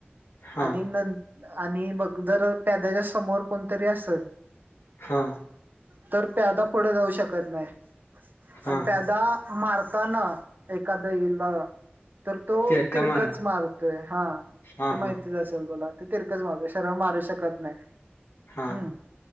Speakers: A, on the left (about 75°); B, on the right (about 50°).
A: हां,
B: आणि न आणि बघ जर प्याद्याच्या समोर कोणतरी असेल
A: हा
B: तर प्यादा पुढं जाऊ शकत नाही
A: हां,
B: आणि प्यादा
A: हां,
B: मार मारताना एखादा हीला तर तो
A: ते का
B: तिरकच
A: महाराज
B: मारतोय हा
A: हां,
B: ते
A: हां,
B: माहितीच असेल तुला ते तिरकंच मारत सरळ मारू शकत नाही.
A: हा
B: हम्म